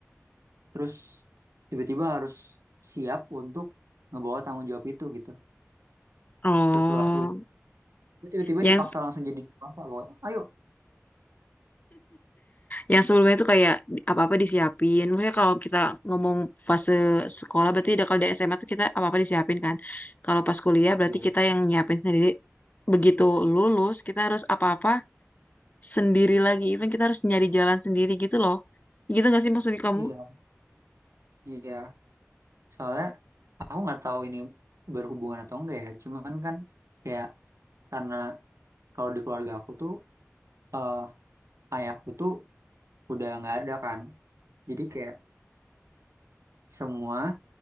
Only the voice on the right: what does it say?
terus tiba-tiba harus siap untuk ngebawa tanggung jawab itu gitu.
Setelah lulus, tiba-tiba
dipaksa langsung jadi apa? Ayo,
iya,
iya, iya. Soalnya aku nggak tahu ini berhubungan atau enggak ya. Cuman kan kayak karena kalau di keluarga aku tuh eh ayahku tuh udah nggak ada kan. Jadi kayak semua